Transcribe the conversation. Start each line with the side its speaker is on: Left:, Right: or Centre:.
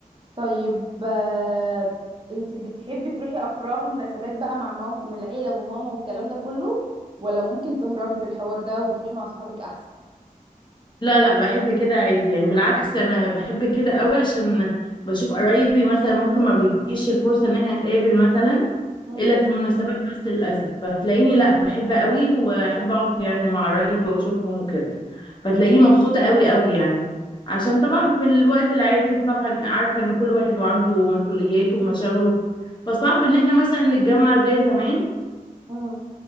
Right: طيب آه، انت بتحبي تروحي افراح ومناسبات بقى مع مام من العيله وماما والكلام ده كله ولا ممكن تهربي في الحوار ده وتروحي مع صحابك احسن
Left: لا لا بحب كده عادي يعني بالعكس انا بحب كده قوي عشان بشوف قرايبي مثلا ممكن ما بتجيش الفرصة ان احنا نتقابل مثلا
Right: مم،
Left: الا في المناسبات بس للاسف فتلاقيني لا بحب قوي واحب اقعد يعني مع قرايبي واشوفهم وكده فتلاقيني
Right: مم،
Left: مبسوطة قوي قوي يعني عشان طبعا في الوقت العادي انت طبعا عارفة ان كل واحد وعنده مسؤولياته ومشاغله فصعب ان احنا مثلا نتجمع زي زمان
Right: مم.